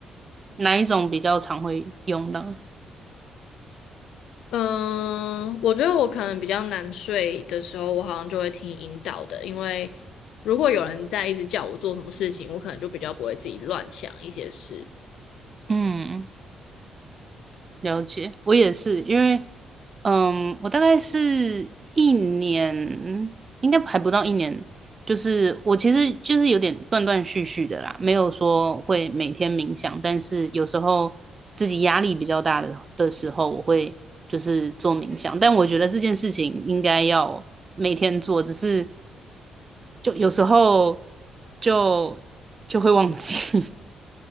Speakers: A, on the right; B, on the left.
A: 哪一种比较常会用到？
B: 嗯，我觉得我可能比较难睡的时候，我好像就会听引导的，因为如果有人在一直叫我做什么事情，我可能就比较不会自己乱想一些事。
A: 嗯。了解，我也是，因为，嗯，我大概是一年，应该还不到一年，就是我其实就是有点断断续续的啦，没有说会每天冥想，但是有时候自己压力比较大的的时候，我会就是做冥想，但我觉得这件事情应该要每天做，只是就有时候就就会忘记，<laughs>